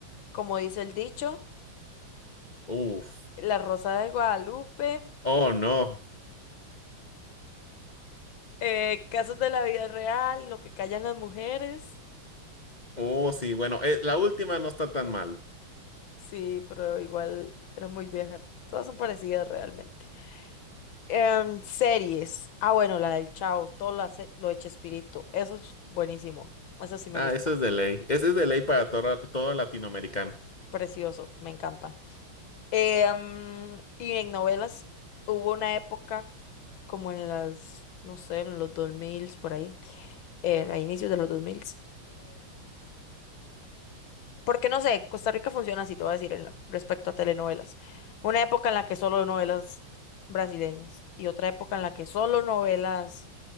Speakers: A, on the left; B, on the left.
A: como dice el dicho,
B: Uf,
A: La Rosa de Guadalupe,
B: oh no.
A: eh, casos de la vida real, lo que callan las mujeres.
B: Oh, sí, bueno, eh, la última no está tan mal.
A: Sí, pero igual era muy vieja. Todas son parecidas realmente. Em, series. Ah, bueno, la del Chao, todo lo, hace, lo de Chespirito. Eso es buenísimo. Eso sí me
B: Ah,
A: gusta.
B: eso es de ley. Ese es de ley para todo, todo latinoamericano.
A: Precioso, me encanta. Em, y en novelas hubo una época como en las, no sé, en los 2000, por ahí, eh, a inicios de los 2000, Porque no sé, Costa Rica funciona así, te voy a decir, en la- respecto a telenovelas. Una época en la que solo novelas brasileñas y otra época en la que solo novelas